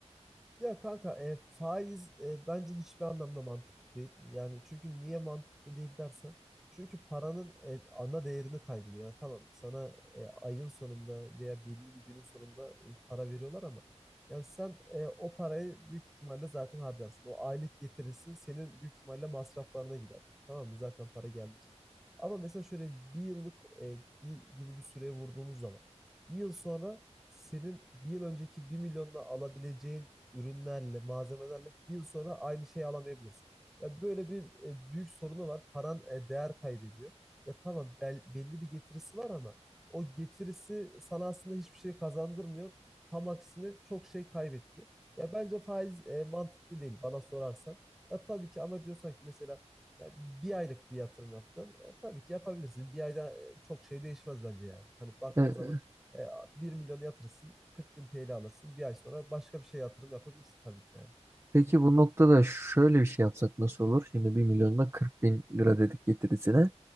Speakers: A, in the centre; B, on the right.
A: Ya kanka e, faiz e, bence hiçbir anlamda mantıklı değil. Yani çünkü niye mantıklı değil dersen. Çünkü paranın e, ana değerini kaybediyor. Yani tamam sana e, ayın sonunda veya belli bir günün sonunda e, para veriyorlar ama yani sen e, o parayı büyük ihtimalle zaten harcarsın. O aylık getirisi senin büyük ihtimalle masraflarına gider. Tamam mı? Zaten para geldiği için. Ama mesela şöyle bir yıllık e, bir gibi bir süreye vurduğumuz zaman bir yıl sonra senin bir yıl önceki bir milyonla alabileceğin ürünlerle, malzemelerle bir yıl sonra aynı şeyi alamayabilirsin. Ya böyle bir e, büyük sorunu var. Paran e, değer kaybediyor. Ya tamam bel- belli bir getirisi var ama o getirisi sana aslında hiçbir şey kazandırmıyor. Tam aksine çok şey kaybettiriyor. Ya bence faiz e, mantıklı değil bana sorarsan. Ya tabii ki ama diyorsan ki mesela ya bir aylık bir yatırım yapacaksın. E, tabii ki yapabilirsin. Bir ayda e, çok şey değişmez bence yani. Hani baktığın
B: E,
A: zaman e, 1 milyon yatırırsın, 40 bin TL alırsın. Bir ay sonra başka bir şey yatırım yapabilirsin tabii ki yani.
B: Peki bu noktada şöyle bir şey yapsak nasıl olur? Şimdi bir milyonda 40 bin lira dedik getirisine.